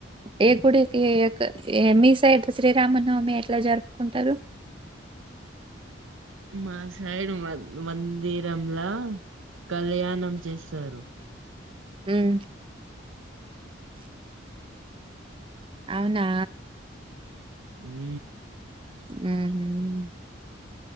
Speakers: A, on the right; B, on the right.
A: ఏ గుడికి ఎక మీ సైడ్ శ్రీరామనవమి ఎట్లా జరుపుకుంటారు
B: మాసయిడు మా మందిరంలా కళ్యాణం చేస్తారు
A: మ్ అవునా
B: మ్
A: ఊహూమ్